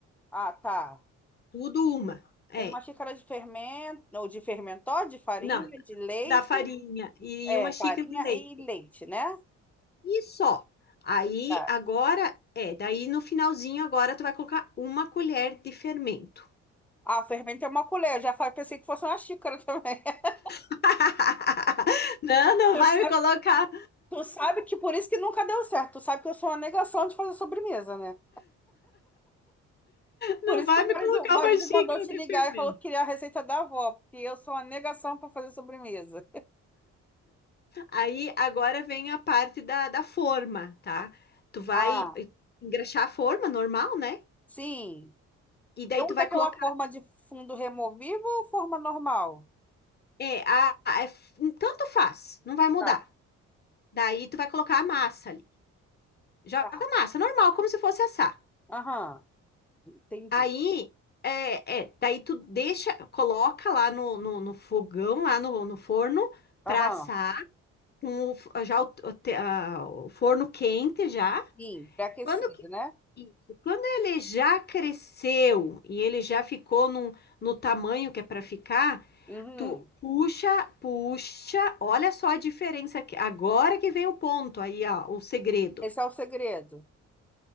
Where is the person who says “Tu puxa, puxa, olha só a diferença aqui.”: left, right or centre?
Left